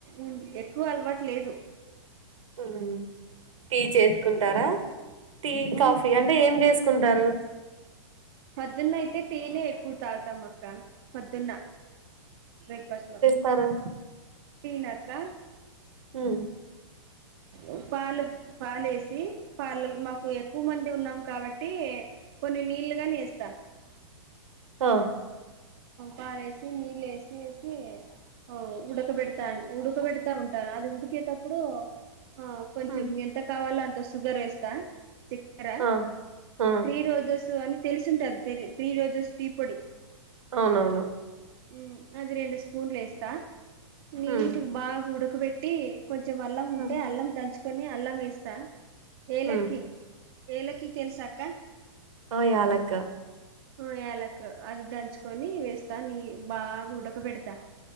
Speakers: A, on the right (about 50°); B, on the right (about 75°).
A: ఉన్ ఎక్కువ అలవాట్ లేదు
B: ఉహు టీ చేసుకుంటారా టీ
A: ఉమ్,
B: కాఫీ అంటే ఏం చేసుకుంటారు
A: పొద్దున్నయితే టీనే ఎక్కువ తాగుతాం అక్క పొద్దున్న బ్రేక్ఫాస్ట్ లో
B: తరు
A: టినాక్క
B: హ్మ్
A: ఉహు పాలు పాలేసి పాలలో మాకు ఎక్కువ మంది ఉన్నాం కాబట్టి కొన్ని నీళ్లుగానేస్తా
B: అ
A: పాలేసి నీళ్ళు ఎసి ఎసి ఆ ఉడకబెడతా ఉడకబెడతా ఉంటారు అది ఉడికేతప్పుడు ఆ కొంచెం
B: హ్మ్
A: ఎంత కావాలో అంత షుగర్ వేస్తా చెక్ ర
B: ఆ ఆ
A: త్రీ రోజెస్ అని తెలిసుంటాది తెరి త్రీ రోజెస్ టీ పొడి
B: అవునవును
A: మ్ అది రెండు స్పూన్లు ఎస్తా నీట్గ
B: హ్మ్
A: బాగా ఉడకపెట్టి కొంచెం అల్లం ఉంటే
B: హ్మ్
A: అల్లం దంచుకొని అల్లం వేస్తా ఏలక్కి
B: హ్మ్
A: ఏలకి తెలుసాక్క
B: ఆ ఏలక్క
A: ఆ యాలక్ అది దంచుకొని వేస్తా నీ బాగా ఉడకబెడతా